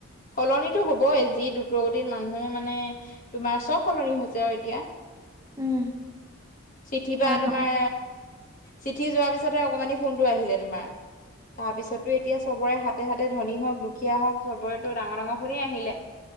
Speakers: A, on the left (about 40°); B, on the right (about 15°).
A: সলনিতো হবই যি দ্ৰুতগতিত মানুহ মানে তোমাৰ চব সলনি হৈছে আৰু এতিয়া
B: উম
A: চিঠিৰ পৰা
B: হয়
A: তোমাৰ
B: হয়
A: চিঠি যোৱাৰ পিছতে অকমানি ফোনটো আহিলে তোমাৰ তাৰপিছত তো এতিয়া চবৰে হাতে হাতে ধনী হওক দুখীয়া হওক চবৰেত ডাঙৰ ডাঙৰ ফোনে আহিলে